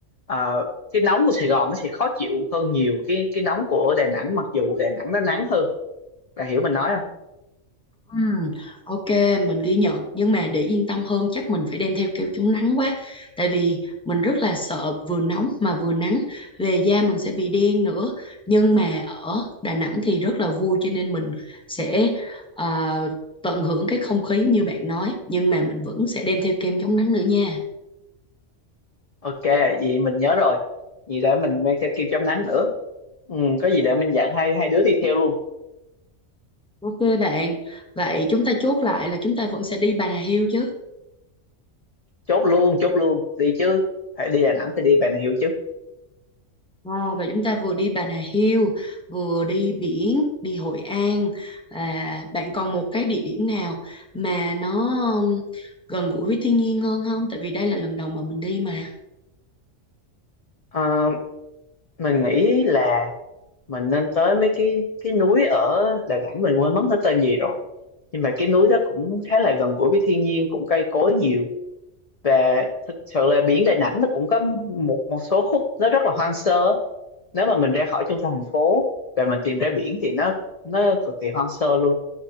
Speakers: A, on the left (about 35°); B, in the centre.
A: ờ, cái nóng của Sài Gòn nó sẽ khó chịu hơn nhiều cái cái nóng của Đà Nẵng mặc dù Đà Nẵng nó nắng hơn bạn hiểu mình nói không
B: Ừm, ok mình ghi nhận nhưng mà để yên tâm hơn chắc mình phải đem theo kem chống nắng quá tại vì mình rất là sợ vừa nóng mà vừa nắng về da mình sẽ bị đen nữa nhưng mà ở Đà Nẵng thì rất là vui cho nên mình sẽ à, tận hưởng cái không khí như bạn nói nhưng mà mình vẫn sẽ đem theo kem chống nắng nữa nha
A: ok vậy mình nhớ rồi vậy để mình mang theo kem chống nắng nữa Ừ, có gì để mình dặn hai hai đứa đi theo luôn
B: ok bạn vậy chúng ta chốt lại là chúng ta vẫn sẽ đi Bà Nà Hills chứ
A: chốt luôn chốt luôn đi chứ phải đi Đà Nẵng thì đi Bà Nà Hills chứ
B: À, và chúng ta vừa đi Bà Nà Hills, vừa đi biển, đi Hội An. À, bạn còn một cái địa điểm nào mà nó um, gần gũi với thiên nhiên hơn không? Tại vì đây là lần đầu mà mình đi mà.
A: Ờ, mình nghĩ là mình nên tới mấy cái cái núi ở Đà Nẵng mình quên mất nó tên gì rồi nhưng mà cái núi đó cũng khá là gần gũi với thiên nhiên cũng cây cối nhiều và thực sự là biển Đà Nẵng nó cũng có một một số khúc nó rất là hoang sơ nếu mà mình ra khỏi trung tâm thành phố và mình tìm ra biển thì nó nó cực kỳ hoang sơ luôn